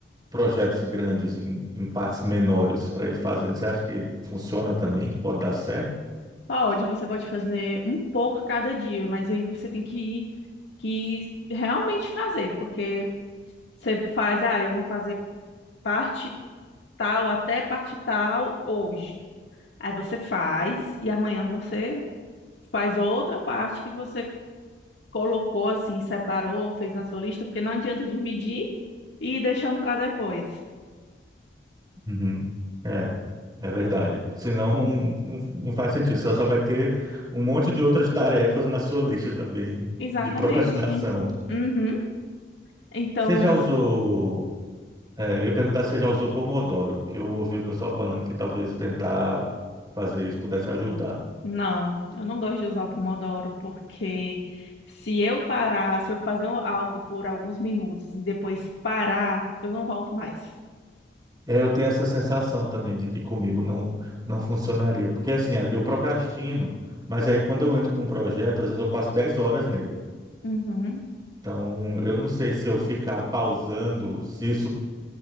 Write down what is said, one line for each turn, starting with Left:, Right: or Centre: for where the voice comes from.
Right: projetos grandes em, em partes menores para ir fazendo, você acha que funciona também, que pode dar certo?
Left: Pode, você pode fazer um pouco cada dia, mas aí você tem que ir, que realmente fazer, porque você faz, ah, eu vou fazer parte tal até parte tal hoje. Aí você faz e amanhã você faz outra parte que você colocou assim, separou, fez na sua lista, porque não adianta dividir e ir deixando para depois.
Right: Uhum. É, é verdade. Senão não, não faz sentido. Você só vai ter um monte de outras tarefas na sua lista também
Left: Exatamente.
Right: de procrastinação.
Left: Uhum. Então,
Right: Você já
Left: assim,
Right: usou? é, eu ia perguntar se você já usou Pomodoro, que eu ouvi o pessoal falando que talvez tentar fazer isso pudesse ajudar.
Left: não, eu não gosto de usar o Pomodoro, porque se eu parar, se eu fazer algo por alguns minutos e depois parar, eu não volto mais.
Right: É, eu tenho essa sensação também de que comigo não, não funcionaria. Porque assim, eu procrastino, mas aí quando eu entro num projeto, às vezes eu passo 10 horas nele.
Left: Uhum.
Right: Então, eu não sei se eu ficar pausando, se isso